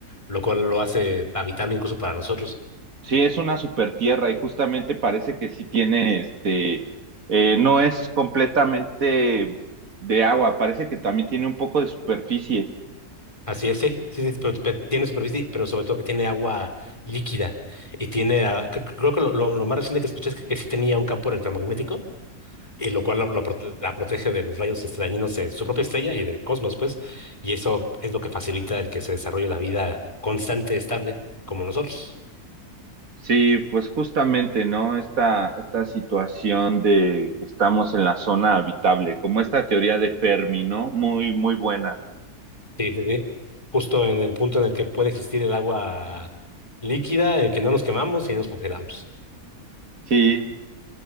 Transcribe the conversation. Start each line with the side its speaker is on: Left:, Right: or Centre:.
Left: lo cual lo hace habitable incluso para nosotros.
Right: Sí, es una supertierra y justamente parece que sí tiene este, eh, no es completamente de agua, parece que también tiene un poco de superficie.
Left: Así es, sí, sí, sí, pero, pero tiene superficie, pero sobre todo que tiene agua líquida y tiene, ah, cre- cre- creo que lo, lo- lo más reciente que escuché es que, que sí tenía un campo electromagnético, y lo cual la, lo prote- la protege de los rayos este, dañinos de su propia estrella y del cosmos, pues, y eso es lo que facilita el que se desarrolle la vida constante, estable, como nosotros.
Right: Sí, pues justamente, ¿no? Esta, esta situación de que estamos en la zona habitable, como esta teoría de Fermi, ¿no? Muy, muy buena.
Left: Sí, sí, sí. Justo en el punto en el que puede existir el agua líquida, en que no nos quemamos y no nos congelamos.
Right: Sí,